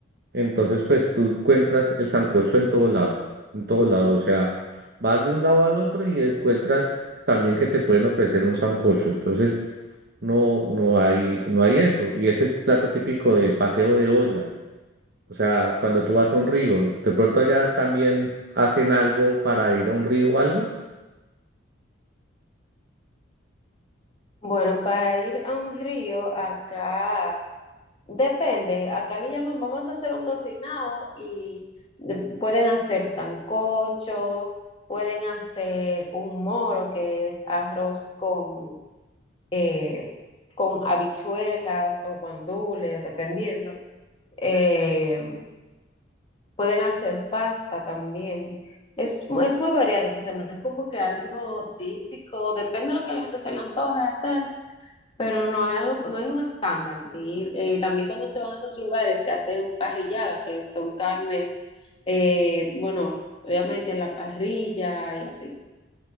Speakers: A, on the right (about 55°); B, on the left (about 25°).
A: entonces pues tú encuentras el sancocho en todo lado, en todo lado, o sea, vas de un lado al otro y encuentras también que te pueden ofrecer un sancocho. Entonces, no, no hay, no hay eso. Y es el plato típico de paseo de olla. O sea, cuando tú vas a un río, de pronto allá también hacen algo para ir a un río o algo.
B: Bueno, para ir a un río, acá depende, acá le llaman, vamos a hacer un cocinado y de- pueden hacer sancocho, pueden hacer un moro, que es arroz con, eh, con habichuelas o guandules, dependiendo. eh, Pueden hacer pasta también. Es, mu- es muy variado, o sea, no es como que algo típico, depende de lo que a la gente se le antoje hacer, pero no hay algo, no hay un estándar. Y eh, también cuando se van a esos lugares se hacen parrilladas, que son carnes, eh, bueno, obviamente en la parrilla y así.